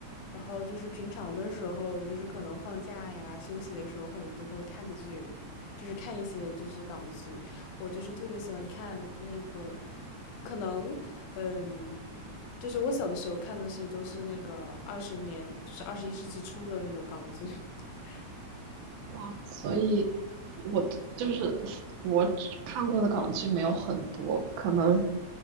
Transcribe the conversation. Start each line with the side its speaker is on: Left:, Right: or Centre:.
Left: 然后就是平常的时候，就是可能放假呀、休息的时候，可能就会看几句，就是看一些就是港剧。我就是特别喜欢看那个，可能嗯，就是我小的时候看的是都是那个二十年，就是二十一世纪初的那种港剧 <laughs>
Right: 哇，所以我就是我只看过的港剧没有很多，可能